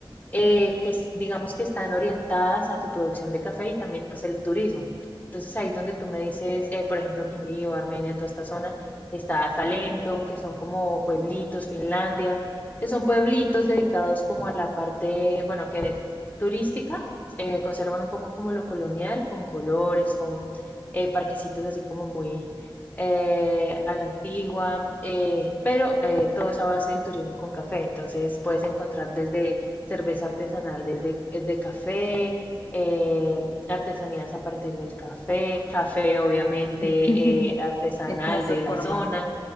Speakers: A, on the left; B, on the left.
A: eh, que es- digamos que están orientadas a su producción de café y también pues el turismo. Entonces ahí donde tú me dices, eh, por ejemplo, Quindío, Armenia, toda esta zona, está Salento, que son como pueblitos, Finlandia, que son pueblitos dedicados como a la parte, bueno, que es turística, eh, conservan un poco como lo colonial, con colores, con eh, parquecitos así como muy eh, a la antigua, eh, pero eh, todo es a base del turismo con café. Entonces puedes encontrar desde cerveza artesanal desde eh, de café, eh, artesanías a partir del café, café obviamente
B: <laughs>
A: eh, artesanal
B: En todas sus
A: de la
B: formas.
A: zona.